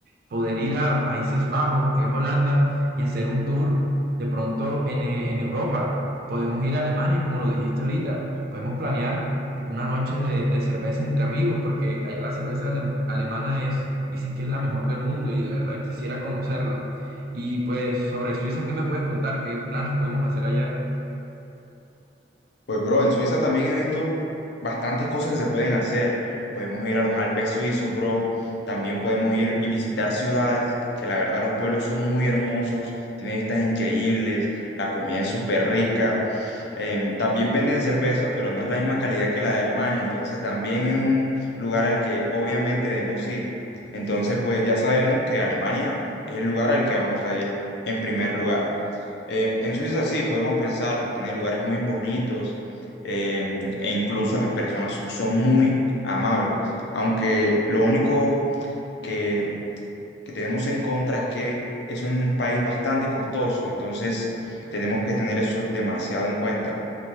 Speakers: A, on the right; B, on the left.
A: poder ir a Países Bajos, que es Holanda, y hacer un tour de pronto en, eh, en Europa. Podemos ir a Alemania, como lo dijiste ahorita. Podemos planear una noche de, de cervezas entre amigos, porque allá la cerveza alem- alemana es, dicen que es la mejor del mundo y de verdad quisiera conocerla. Y pues sobre Suiza, ¿qué me puedes contar? ¿Qué planes podemos hacer allá?
B: Pues bro, en Suiza también he visto bastantes cosas que se pueden hacer. Podemos ir a los Alpes suizos, bro. También podemos ir y visitar ciudades que la verdad los pueblos son muy hermosos, tienen vistas increíbles, la comida es súper rica. Em, también venden cerveza, pero no es la misma calidad que la de Alemania. Entonces también es un lugar al que obviamente debemos ir. Entonces pues ya sabemos que Alemania es el lugar al que vamos a ir en primer lugar. Eh, en Suiza sí, podemos pensarlo, tiene lugares muy bonitos eh, e incluso las personas son muy amables, aunque lo único que, que tenemos en contra es que es un país bastante costoso, entonces tenemos que tener eso demasiado en cuenta.